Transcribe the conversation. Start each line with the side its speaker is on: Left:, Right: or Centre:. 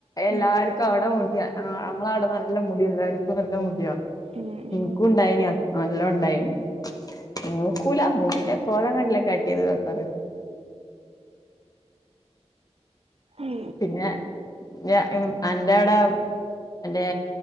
Left: എല്ലാർക്കും
Right: ഉം
Left: അവിടെ മുടിയാ അവ അവിടെ നല്ല മുടി എല്ലാർക്കും നല്ല മുടിയ നിനിക്കും
Right: ഉം ഉം
Left: ഉണ്ടായെന നല്ല ഉണ്ടായെ ന നോക്കൂല മുടിൻ കോല കണ്ടിലൊക്ക കറക് <inaudible>
Right: ഉം
Left: പിന്നെ എന്റെ അന്റെടെ എന്റെ